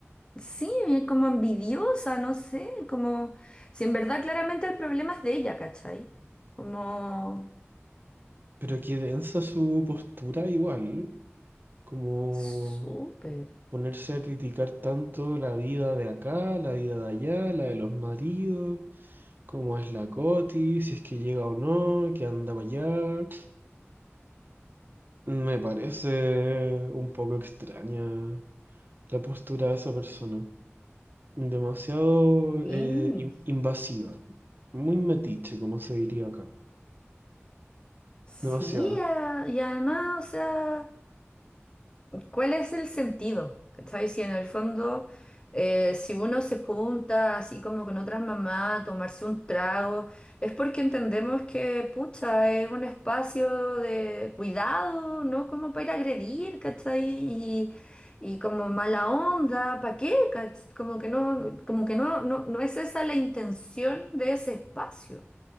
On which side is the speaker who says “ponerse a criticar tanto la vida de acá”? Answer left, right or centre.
Right